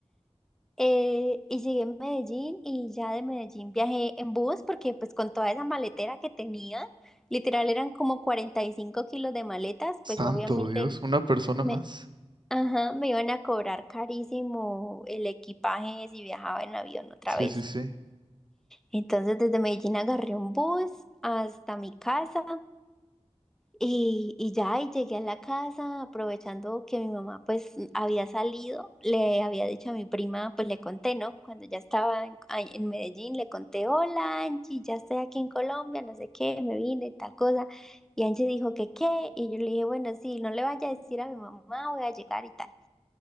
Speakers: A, in the centre; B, on the right.
A: Eh, y llegué a Medellín y ya de Medellín viajé en bus porque pues con toda esa maletera que tenía, literal eran como 45 kilos de maletas,
B: Santo
A: pues obviamente
B: Dios, una persona
A: me,
B: más.
A: ajá, me iban a cobrar carísimo el equipaje si viajaba en avión otra
B: Sí,
A: vez.
B: sí, sí.
A: Entonces desde Medellín agarré un bus hasta mi casa y, y ya, y llegué a la casa aprovechando que mi mamá pues había salido, le había dicho a mi prima, pues le conté, ¿no? Cuando ya estaba en, ahí en Medellín, le conté, hola Angie, ya estoy aquí en Colombia, no sé qué, me vine, tal cosa. Y Angie dijo que qué, y yo le dije, bueno, sí, no le vaya a decir a mi mamá, voy a llegar y tal. <laughs>